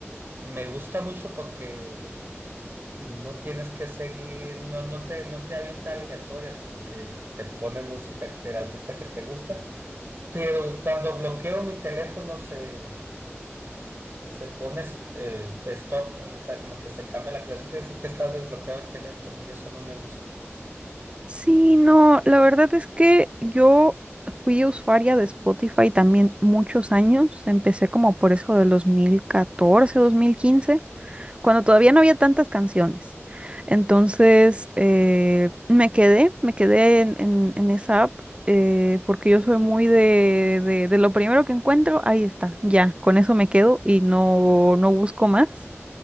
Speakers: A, on the right; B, on the right.
A: me gusta mucho porque no tienes que seguir, no, no te, no te avienta aleatoria, sino que te pone música que te- el artista que te gusta. Pero cuando bloqueo mi teléfono se, se pone eh, stop, o sea, como que se cambia la creación, te dice que estás desbloqueado el teléfono y eso no me gusta.
B: Sí, no, la verdad es que yo fui usuaria de Spotify también muchos años. Empecé como por eso del 2014, dos mil quince cuando todavía no había tantas canciones. Entonces, eh, me quedé, me quedé en, en- en esa app, eh, porque yo soy muy de, de, de lo primero que encuentro, ahí está, ya, con eso me quedo y no, no busco más